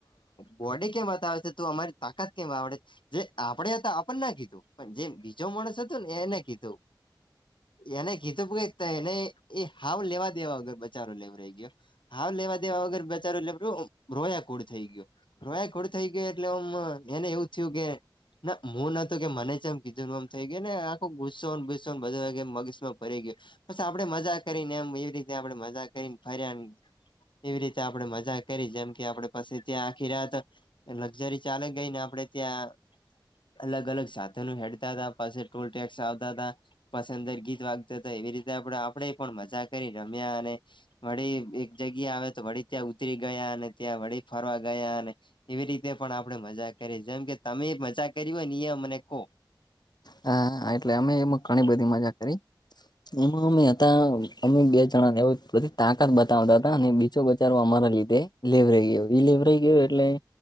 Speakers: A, on the left; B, on the left.
A: બોડી કેમ આવે તો અમારે તાકાત કેમ આપડે જે આપણેે હતા આપણ ના કીધું પણ જે બીજો માણસ હતો ને એને કીધું. એને ગીતો ક એને એ હાવ લેવા દેવાગર બચારો લેવ રહી ગયો હાવ લેવા દેવા વગર બચારો લે રોયા કુડ થઈ ગયો રોયા કૂડ થઈ ગયો એટલે ઉમમ અ એને એવું થયું કે ના હું નતતો કે મને છે એમ કીજું ન એમ થઈ ગય ને આખો ગુસ્સો ને ગુસ્સો બધ મગીશ માં પરી ગય બસ આપડે મજા કરીને એમ એવી રીતે આપડે મજા કરીને ફર્યા. એવી રીતે આપડણે મજા કરી જેમ કે આપડે પછી ત્યાં આખી રાત લક્ઝરી ચાલે ગઈને આપડે ત્યાં અલગ-અલગ સાધનો હેડતા હતા પછ ટોલ ટેક્સ આવતા હતા પસંદર ગીત વાગતા હતા. એવી રીતે આપ આપણે પણ મજા કરી રમ્યા અને વળી એક જગ્યા આવે તો વળી ત્યાં ઉતરી. ગયા અને ત્યાં વળી ફરવા ગયા અને એવી રીતે પણ આપડે મજા <unintelligible> જેમ કે તમે મજા કરી હોય ને એ મને કોહ.
B: હા એટલે અમે એમાં ઘણી બધી મજા કરી એમાં અમે અમે બે જણા ને એ બધી તાકાત બતાવતા હતા અને બચારવા અમારા લીધે લેવરાઈ ગયો લેવરાઈ ગયો એટલે